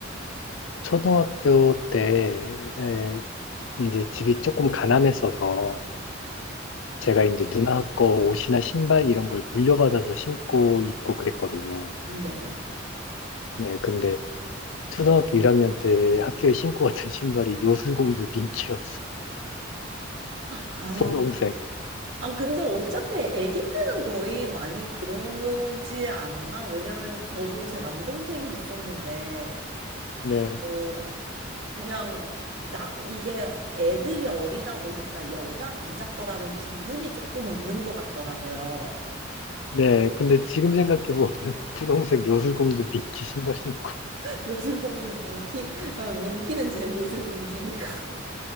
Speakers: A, on the left (about 75°); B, on the right (about 65°).
A: 초등학교 때 에, 이제 집이 조금 가난했어서,
B: 네,
A: 제가 이제 누나 거 옷이나 신발 이런 걸 물려받아서 신고 입고 그랬거든요.
B: 네, 네.
A: 네, 근데 초등학교 1학년 때 학교에 신고 갔던 신발이 요술공주 민키였어요.
B: 아,
A: 분홍색.
B: 아, 근데 어차피 아기 때는 거의 많이 그러지 않나? 왜냐면 저도 제 남동생이 있었는데,
A: 네.
B: 어, 그냥, 나, 이게 애들이 어리다 보니까 여자, 남자 거라는 구분이 조금 없는 것 같더라고요.
A: 네. 근데 지금 생각해보면 <laughs> 분홍색 요술공주 미끼 신발 신고.
B: <laughs> 요술공주 민키, 어, 민키는 진짜 요술공주니까. <laughs>